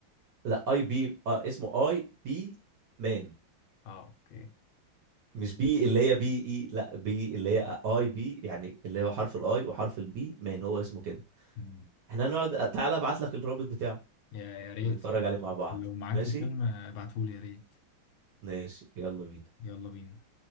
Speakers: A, on the right; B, on the left.
A: لا اي بي آه اسمه اي بي مان
B: اه اوكي
A: مش بي اللي هي بي اي لا بي اللي هي اي بي يعني اللي هو حرف الاي وحرف البي مان هو اسمه كده
B: مم.
A: احنا هنقعد تعالى ابعت لك الرابط بتاعه
B: يا يا ريت
A: ونتفرج
B: يعني
A: عليه مع بعض
B: لو معاك
A: ماشي
B: الفيلم آه، ابعتهولي يا ريت
A: ماشي يلا بينا
B: يلا بينا